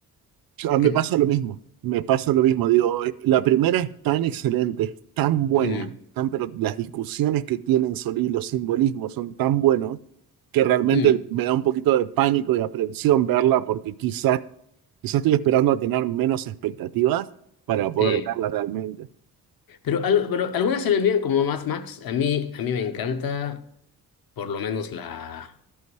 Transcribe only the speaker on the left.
Que,
t-
mm,
mm,
eh,
Pero, al- pero algunas se ven bien, como Mad Max. A mí, a mí me encanta, por lo menos la,